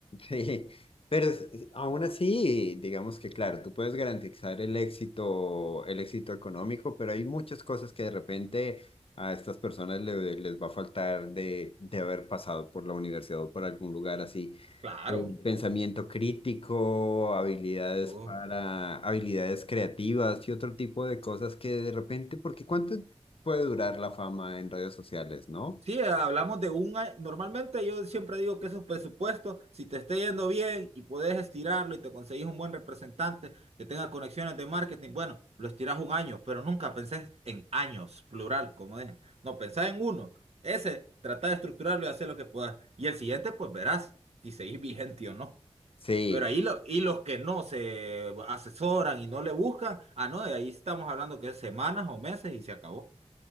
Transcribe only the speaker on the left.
Sí, pero es- es- aún así, digamos que claro, tú puedes garantizar el éxito, el éxito económico, pero hay muchas cosas que de repente a estas personas le- les va a faltar de, de haber pasado por la universidad o por algún lugar así.
Eh, Pensamiento crítico, habilidades
para, habilidades creativas y otro tipo de cosas que de repente, porque ¿cuánto puede durar la fama en redes sociales, no?
Sí.